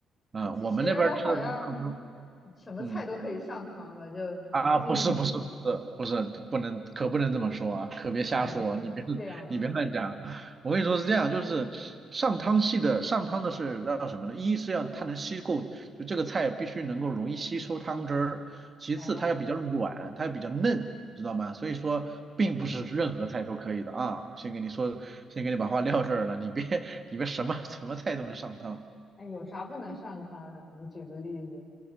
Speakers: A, on the right; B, on the left.
A: 啊，
B: 啊，其实好像
A: 我们那边儿吃的是上汤，
B: 什么菜都可以上汤吧，
A: 嗯。
B: 就
A: 啊，
B: 毕竟，
A: 不是不是不是不是，不能可不能这么说啊，可别瞎说，
B: 哎，
A: 你别你别乱讲。
B: 这样吗？
A: 我跟你说是这样，就是上汤系的上汤的是要什么呢？一是要它能吸够，就这个菜必须能够容易吸收汤汁儿；其次它要比较软，
B: 哦，
A: 它要比较嫩，知道吗？所以说并不是任何菜都可以的啊。
B: 哦，
A: 先给你说，先给你把话撂这儿了，你别你别什么什么菜都能上汤，
B: 哎，有啥不能上汤的？你举个例子，